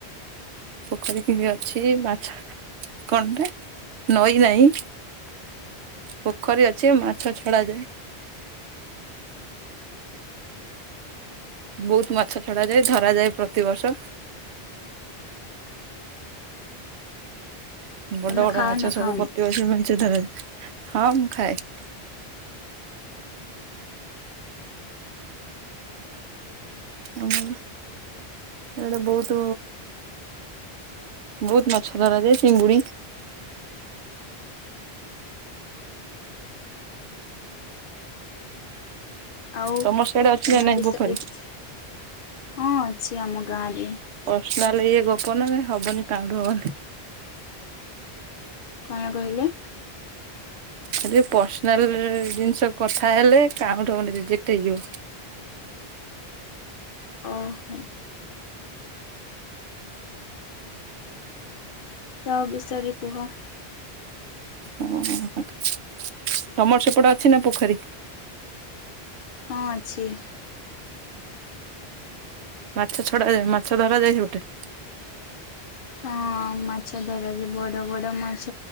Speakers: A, on the right; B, on the left.
A: ପୋଖରୀ କି ଅଛି ମାଛ କଣଟେ ନଈ ନାହିଁ। ପୋଖରୀ ଅଛି ମାଛ ଛଡା ଯାଏ। ବହୁତ୍ ମାଛ ଛଡା ଯାଏ ଧରାଯାଏ ପ୍ରତିବର୍ଷ। ବଡ
B: ତମେ
A: ବଡ
B: ଖାଅ
A: ମାଛ
B: ନା
A: ସବୁ
B: ଖାଅନି
A: ପତି ବର୍ଷ ମାଛଧରାଯାଏ, ହଁ ମୁଁ ଖାଏ। ଆମର, ଏଇ ଡେ ବହୁତ୍। ବହୁତ୍ ମାଛ ଧରାଯାଏ ଚିଙ୍ଗୁଡି।
B: ଆଉ
A: ତମର ସିଆଡେ ଅଛି
B: ତମ
A: ନା ନାଇଁ
B: ବିଷୟରେ
A: ପୋଖରୀ?
B: କିଛି, ହଁ ଅଛି ଆମ ଗାଁ ରେ।
A: ପର୍ସନାଲ ଇଏ ଗପ ନା ନିହେଲେ ହବନି କାମ ହବନି।
B: କଣ କହିଲେ?
A: ଖାଲି ପର୍ସନାଲ ଜିନିଷ କଥା ହେଲେ କାଉଁଟ ହବନି ରିଜେକ୍ଟ ହେଇଯିବ।
B: ଓହୋ। ତା ବିଷୟରେ କୁହ?
A: ହୁଁ ହୁଁ <unintelligible> ତମର ସେପଟେ ଅଛି ନା ପୋଖରୀ?
B: ହଁ ଅଛି।
A: ମାଛ ଛଡାାଯଏ ମାଛ ଧରା ଯାଏ ଯୋଉଟା।
B: ହଁ। ମାଛ ଧରାଯାଏ ବଡ ବଡ ମାଛ